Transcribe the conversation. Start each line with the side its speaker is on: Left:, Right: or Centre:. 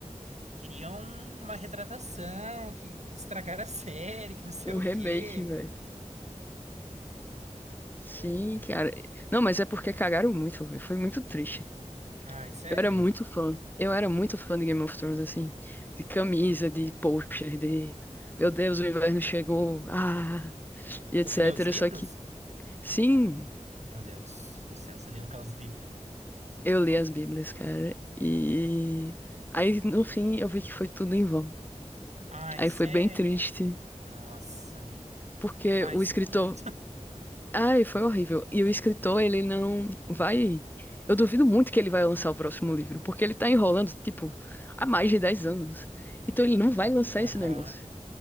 Right: queriam uma retratação, que, que estragaram a série, que não sei
Left: Um
Right: o
Left: remake,
Right: quê.
Left: velho. Sim,
Right: Pois é.
Left: cara. Não, mas é porque cagaram muito, velho. Foi muito triste.
Right: Ai, sério?
Left: Eu era muito fã. Eu era muito fã de Game of Thrones, assim. De camisa, de pôster, de. Meu Deus, o inverno chegou. Ah, e
Right: Você
Left: etc.
Right: leu os livros?
Left: Só que. Sim.
Right: Meu Deus do céu, você leu aquelas bíblias.
Left: Eu li as Bíblias, cara, e aí no fim eu vi que foi tudo em vão.
Right: Ai,
Left: Aí
Right: sério?
Left: foi bem triste,
Right: Nossa, amiga.
Left: porque
Right: Ai,
Left: o
Right: sinto
Left: escritor,
Right: muito. <laughs>
Left: ai, foi horrível. E o escritor, ele não vai, eu duvido muito que ele vai lançar o próximo livro, porque ele tá enrolando, tipo, há mais de 10 anos. Então ele não vai lançar
Right: Aham.
Left: esse negócio.